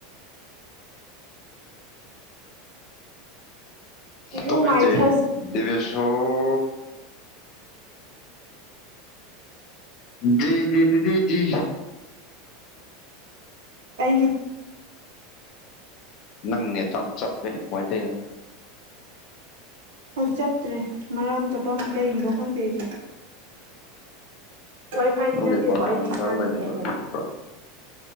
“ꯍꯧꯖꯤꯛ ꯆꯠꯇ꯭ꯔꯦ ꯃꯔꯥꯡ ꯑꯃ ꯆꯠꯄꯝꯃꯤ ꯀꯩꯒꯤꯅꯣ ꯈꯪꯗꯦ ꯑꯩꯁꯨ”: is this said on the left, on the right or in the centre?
Right